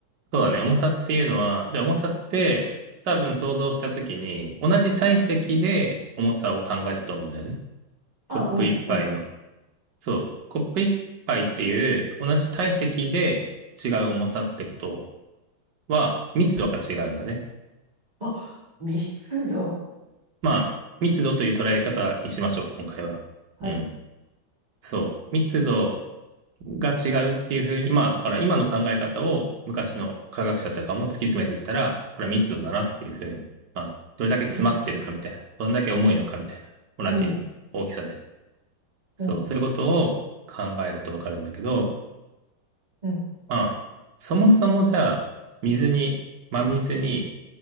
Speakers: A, on the right; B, on the right.
A: そうだね、重さっていうのは、じゃあ重さって、多分想像したときに、
B: うん。
A: 同じ体積で重さを考えたと思うんだよね。
B: あ、
A: コップ一杯の。
B: うん、うん。
A: そう、コップ一杯っていう、同じ体積で違う重さってことは、密度が違うんだね。
B: あ、密度。
A: まあ、密度という捉え方にしましょう、今回は。
B: はい。
A: うん。そう。密度が違うっていうふうに、まあ、だから今の考え方を昔の科学者とかも突き詰めていったら、これは密度だなっていうふうに、まあ、どれだけ詰まってるかみたいな、
B: うん、
A: どんだけ重いのかみたいな、
B: うん、
A: 同じ大きさで。そう、
B: うん、
A: そういうことを考えるとわかるんだけど、
B: うん。
A: まあ、そもそもじゃあ、水に、真水に